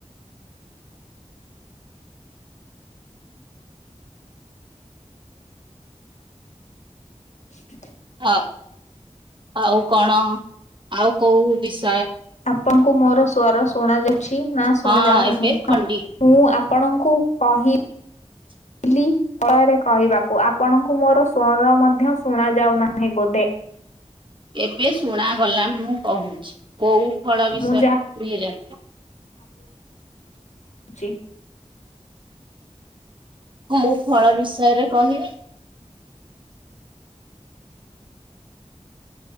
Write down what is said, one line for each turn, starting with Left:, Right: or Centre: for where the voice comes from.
Left: <inaudible>
Right: ହଉ ଆଉ କଣ ଆଉ କୋଉ ବିଷ
Left: ଆପଣଙ୍କୁ ମୋର ସ୍ଵର ଶୁଣ ଯାଉଛି ନା ଶୁଣ
Right: ହଁ
Left: ଯାଉ
Right: ଏବେ
Left: ନାହିଁ
Right: ଖଣ୍ଡି
Left: ।ମୁଁ ଆପଣଙ୍କ କୁୁ କହି
Right: <inaudible>
Left: ଲି ପରେ କହିବାକୁ ଆପଣଙ୍କୁ ମୋର ସ୍ଵର ମଧ୍ୟ ଶୁଣ ଯାଉ ନାହିଁ ବୋଧେ।
Right: ଏବେ ଶୁଣାଗଲା ମୁଁ କହୁଚି କୋଉ ଫଳ ବିଷୟ
Left: ମୁଁ
Right: ଇଏ।
Left: ଜୀ।
Right: ମୁଁ ଫଳ ବିଷୟରେ କହିବି।